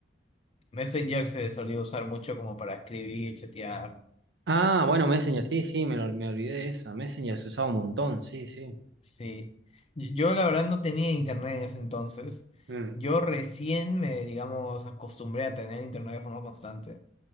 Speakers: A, on the left; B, on the right.
A: Messenger se solía usar mucho como para escribir, chatear.
B: Ah, bueno, Messenger, sí, sí, me, lo- me olvidé de esa. Messenger se usaba un montón, sí, sí.
A: Sí, Y- yo la verdad no tenía internet en ese entonces.
B: Mm,
A: Yo recién me, digamos, acostumbré a tener internet de forma constante